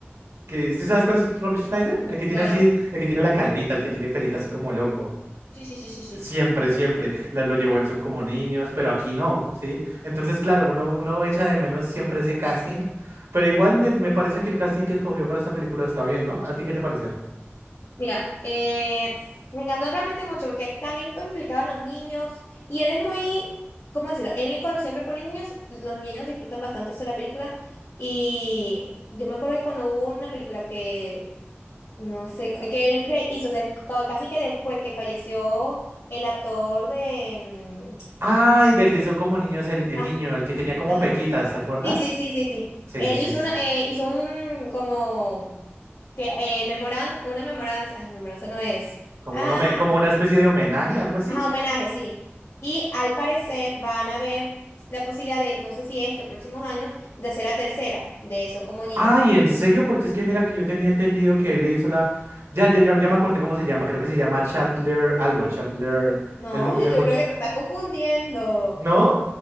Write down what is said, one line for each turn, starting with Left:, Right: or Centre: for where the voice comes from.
Right: que ¿sí sabes cuál es Rob Schneider? El que tiene
Left: Claro.
Right: así, el que tiene la calvita, el que tiene pelita así como loco.
Left: Sí, sí, sí, sí, sí.
Right: Siempre, siempre la, lo llevó en su como niños, pero aquí no, ¿sí? Entonces, claro, uno, uno echa de menos siempre ese casting, pero igual me, me parece que el casting que escogió para esta película está bien, ¿no? ¿A ti qué te pareció?
Left: Mira, eh, me encantó realmente mucho porque también implicaba a los niños y él es muy, ¿cómo decirlo? Él cuando siempre pone niños, los niños disfrutan bastante eso de la película y yo me acuerdo que cuando hubo una película que, no sé, que él re- hizo des- ca- casi que después que falleció el actor de... mm,
Right: Ay, del de Son como niños, el, el
Left: ah,
Right: niño, el que tenía como
Left: ajá.
Right: pequitas, ¿te acuerdas?
Left: Sí, sí, sí, sí, sí.
Right: Sí,
Left: Él
Right: sí, sí,
Left: hizo
Right: sí,
Left: una,
Right: sí.
Left: eh, hizo un como que eh, memoran- una memoranza, ay, memoranza no es.
Right: Como,
Left: Ah,
Right: un home- como una especie de homenaje, algo así.
Left: Ajá, homenaje, sí. Y al parecer van a haber la posibilidad de, no sé si esto, próximos años, de hacer la tercera, de Son como niños.
Right: Ay, ¿en serio? Porque es que mira que yo tenía entendido que él le hizo la... Ya, ya, ya ya me acordé cómo se llama. Creo que se llama Chandler algo. Chandler...
Left: No,
Right: El, mu-
Left: <laughs>
Right: el
Left: yo
Right: much...
Left: creo que te estás confundiendo.
Right: ¿No?